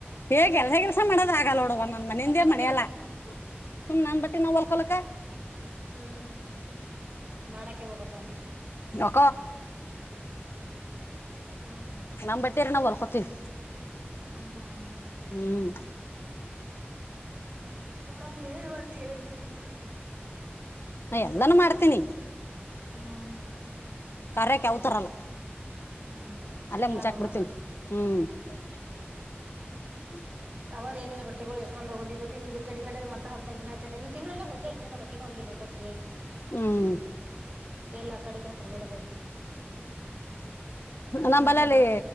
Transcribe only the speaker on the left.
ಹೇ ಕೆಲಸ ಕೆಲಸ ಮಾಡೋದ ಆಗಲ್ಲ ನೋಡವ ನ ಮನೆಯಿಂದೇ
ಮನೆಯಲ್ಲ
ಸು್ ನನ್ ಬಟ್ಟಿ ನಾವ್ ಹೊಲ್ಕೊಲಕ್ಕ
ಒ
ನಮ್ಮ್ ಬಟ್ಟೆರ ನಾವವು ಹೊಲ್ಕೋತೀವಿ
ಹ್ಮ್
ನ ಎಲ್ಲಾನೂ ಮಾಡ್ತೀನಿ
ಕಾರರಕ್ ಯಾವತಾರಲ್ಲ
ಅಲ್ಲೇ
ಮುಚಾಕ್
ಬಿಡ್ತೀನಿ ಹ್ಮ್ <inaudible> <unintelligible>
ಹ್ಮ್
ನಂಬಲಲ್ಲಿ